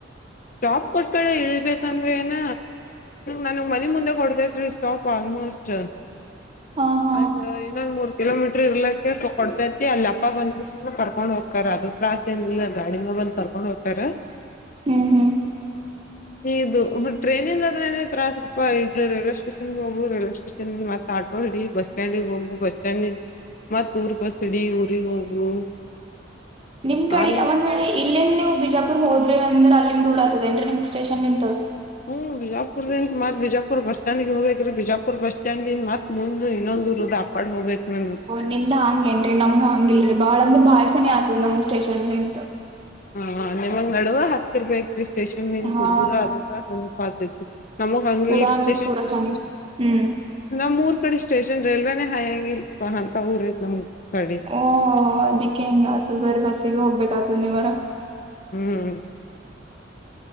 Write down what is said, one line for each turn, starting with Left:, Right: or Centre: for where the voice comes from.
Left: ಸ್ಟಾಪ್ ಕೊಟ್ಟಕಡೆ ಇಳ್ಬೇಕಂದ್ರೆ ಏನ ನನ್ಗ್ ಮನೆ ಮುಂದೆ ಕೊಡ್ತೇತ್ರಿ ಸ್ಟಾಪ್ ಆಲ್ಮೋಸ್ಟ್.
Right: ಹಾ ಹಾ
Left: ಅ ಇನ್ನೊಂದ ಮೂರ್. ಕಿಲೋಮೀಟರ್ ಇರ್ಲಿಕ್ಕೆ ಕೊಡ್ತೈತಿ ಅಲ್ಲಿ ಅಪ್ಪ ಬಂದು ಕರ್ಕೊಂಡ್ ಹೋಗ್ತ ಅದು ತ್ರಾಸ್. ಇಲ್ಲಾ ಗಾಡಿಲೇ ಬಂದು ಕರ್ಕೊಂಡು ಹೋಗ್ತಾರಾ.
Right: ಹ್ಮ್ ಹ್ಮ್
Left: ಇದು ಟ್ರೈನಿಂದ ಆದ್ರ ತ್ರಾಸಪ್ಪ ಇದು ರಲ್ವೆ ಸ್ಟೇಷನ್ಗೆ ಹೋಗು ರಲ್ವೆ ಸ್ಟೇಷನ್ ಮತ್ತೆ ಆಟೋ ಇಡಿ ಬಸ್ ಸ್ಟ್ಯಾಂಡ್ಗೆ ಹೋಗು ಬಸ್ ಸ್ಟ್ಯಾಂಡ್ ಮತ್ ಊರ್ ಬಸ್ ಇಡಿ ಊರಿಗೆ ಹೋಗು
Right: ನಿಮ್ ಕಡೆ
Left: ಅಲ್ಲ
Right: ಒಂದ್ ವೇಳೆ ಇಲ್ಲೇಂದ ನೀವು ಬಿಜಾಪುರ್ ಹೋದ್ರಿ ಅಂದ್ರೆ ಅಲ್ಲಿಂದ ದೂರ ಆತದ ಏನ್ರಿನಿಮ್ ಸ್ಟೇಷನ್ ನಿಂತು.
Left: ಹ್ಮ್ ಬಿಜಾಪುರ್ದಿಂದ ಮತ್ ಬಿಜಾಪುರ್ ಬಸ್ಸ್ಟಾಂಡ್ ಹೋಗಬೇಕ್ರೀ ಬಿಜಾಪುರ್ ಬಸ್ ಸ್ಟಾಂಡ್ಯಿಂದ ಮತ್ ಮುಂದ ಇನ್ನೊಂದು ಊರು ಅದ. <unintelligible>
Right: ನಿಂದ್ ಹಂಗೇನ್ರಿ ನಮ್ಗ್ ಹಂಗ ಇಲ್ರರಿ ಬಾಳ ಅಂದ್ರ ಬಾಳ ಸನಿಹೇ ಆತದ ನಮ್ಗ್ ಸ್ಟೇಷನ್ಲಿಂತು
Left: ಹ ನಿಮಗ್ ನಡುವ ಹತ್ತಿರ್ಗತ್ರಿ ಸ್ಟೇಷನ್ ನಿಂತ್
Right: ಹಾ
Left: ಊರ ಅದಿಕ ಸಮೀಪ ಆಯ್ತದಿ. ನಮಗ್ ಹಂಗಿಲ್
Right: ಪೂರಾ ಅಂದ್ರ
Left: ಸ್ಟೇಷನ್
Right: ಪೂರಾ ಸನಿ ಹ್ಮ್
Left: ನಮೂರ್ ಕಡೆ ಸ್ಟೇಷನ್ ರೈಲ್ವೆೇನೆೇ ಹೈ ಹಂಗಿಲ್. ಅಂತ ಊರ ಐತ್ ನಮ್ ಕಡಿ.
Right: ಓಹ ಅದಿಕ್ಕೆ ಹೆಂಗ ಆತದ ಬೇರೆ ಬಸ್ಸಿಗೆ ಹೋಗ್ಬೇಕ ಆತದನಿವಾರ.
Left: ಹ್ಮ್